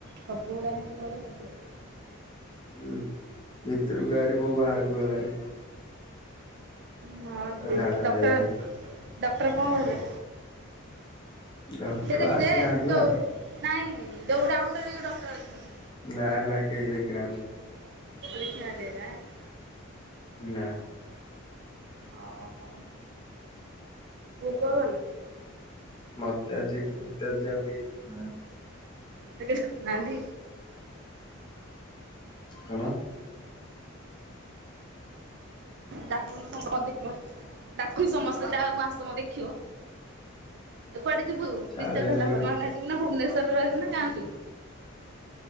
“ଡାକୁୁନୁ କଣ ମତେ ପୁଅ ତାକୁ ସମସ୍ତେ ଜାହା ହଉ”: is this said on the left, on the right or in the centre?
Right